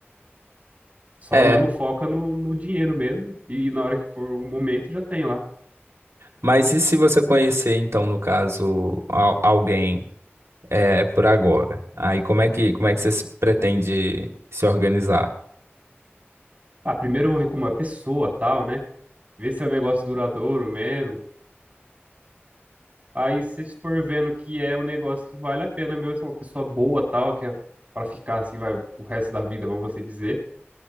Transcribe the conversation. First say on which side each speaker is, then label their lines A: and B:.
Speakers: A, on the right; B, on the right.
A: Só
B: é,
A: mesmo foca no, no dinheiro mesmo. E na hora que for o momento já tem lá.
B: mas e se você conhecer, então, no caso, al- alguém é, por agora? Aí como é que, como é que você se pretende se organizar?
A: Ah, primeiro eu vou ver como é a pessoa, tal, né? Ver se é um negócio duradouro mesmo Aí se for vendo que é um negócio que vale a pena mesmo, se é uma pessoa boa tal, que é para ficar assim vai o resto da vida, vamos assim dizer.